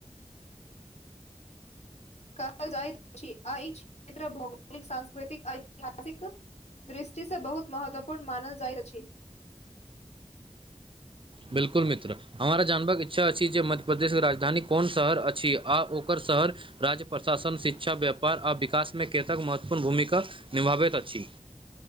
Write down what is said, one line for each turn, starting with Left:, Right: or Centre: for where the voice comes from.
Left: कह जाइत अछि, आ ई क्षेत्र भौगोलिक, सांस्कृतिक आ ऐतिहासिक दृष्टि से बहुत महत्वपूर्ण मानल जाइत अछि।
Right: बिल्कुल मित्र। हमरा जानबाक इच्छा अछि जे मध्यप्रदेशके राजधानी कोन शहर अछि, आ ओकर शहर राज्य प्रशासन, शिक्षा, व्यापार आ विकास में कतेक महत्वपूर्ण भूमिका निभाबैत अछि।